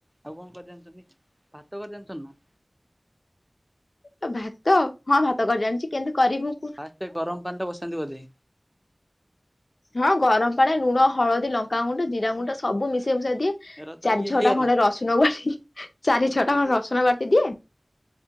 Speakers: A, in the centre; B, on the left.
A: ଆଉ କଣ କରି ଜାଣିଚନ୍ତି? ଭାତ କରି ଜାଣିଚନ୍ତି ନା
B: ଅ ଭାତ ହଁ ଭାତ କରି ଜାଣିଚି କେମତି କରିବୁ?
A: ଫାଷ୍ଟେ ଗରମ ପାଣିରେ ବସାନ୍ତି ବୋଧେ।
B: ହଁ ଗରମ ପାଣି ରେ ଲୁଣ, ହଳଦୀ, ଲଙ୍କାଗୁଣ୍ଡ, ଜିରା ଗୁଣ୍ଡ ସବୁ ମିଶେଇ ମିଶାଇ ଦିଏ।
A: ଏରା ତ
B: ଚାରି
A: ଇଏ
B: ଛଅଟା
A: ହେଇଗଲା
B: ଖଣ୍ଡେ ରସୁଣ କୁ ବାଟି ଚାରି
A: ଏରା
B: ଛଅଟା
A: ତ
B: ରସୁଣ ବାଟି ଦିଏ। <inaudible>